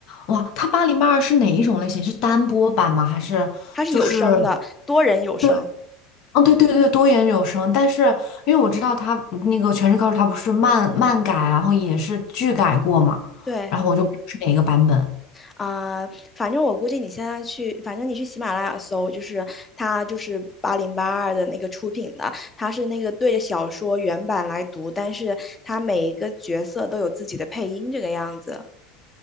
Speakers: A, on the left; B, on the left.
A: 哇，它八零八二是哪一种类型？是单播版吗？还是就是
B: 它是有声的，多人有声。
A: 对，哦对对对，多元有声。但是因为我知道它那个《全职高手》，它不是漫漫改，然后也是剧改过嘛，
B: 对
A: 然后我就不知道是哪一个版本。
B: 啊，反正我估计你现在去，反正你去喜马拉雅搜，就是它就是八零八二的那个出品的，它是那个对着小说原版来读，但是它每一个角色都有自己的配音，这个样子。